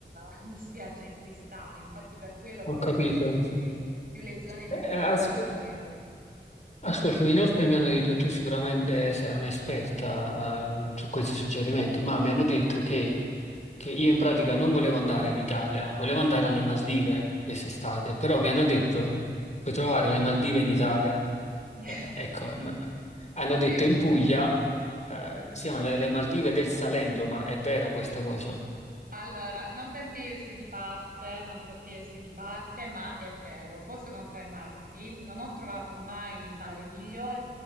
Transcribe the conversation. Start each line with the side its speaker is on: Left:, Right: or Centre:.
Right: <laughs> di spiaggia in cui stare, infatti per quello
Left: Ho
Right: forse
Left: capito.
Right: consiglierei più le zone di
Left: Eh,
Right: Porto
Left: ah,
Right: Cesareo.
Left: sì. Ascoltami, inoltre mi hanno detto tu sicuramente sarai un'esperta eh, su questi suggerimenti, ma mi hanno detto che, che io in pratica non volevo andare in Italia, volevo andare alle Maldive quest'estate, però mi hanno detto puoi trovare le Maldive in Italia.
Right: <laughs>
Left: E- e- ecco, ma- hanno detto
Right: Eh,
Left: in Puglia eh, siano le, le Maldive del Salento, ma è vera questa cosa?
Right: Allora, non perché io sia di parte, non perché io sia di parte, ma è vero, posso confermarti, non ho trovato mai mare migliore.